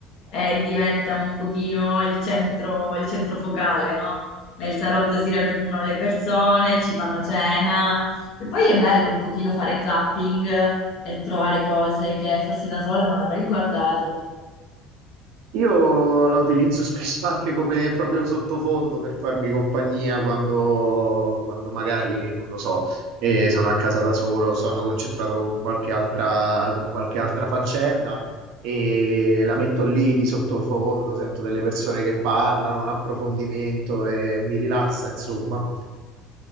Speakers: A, on the left; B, on the right.
A: e diventa un pochino il centro, il centro focale, no? Nel salotto si raggiungono le persone, ci fanno cena e poi è bello un pochino fare zapping e trovare cose che forse da sola non avrei guardato.
B: Io la utilizzo spesso anche come proprio sottofondo per farmi compagnia quando, quando magari, non lo so, eh, sono a casa da solo, sono concentrato con qualche altra, con qualche altra faccenda e la metto lì di sottofondo, sento delle persone che parlano, un approfondimento e mi rilassa, insomma.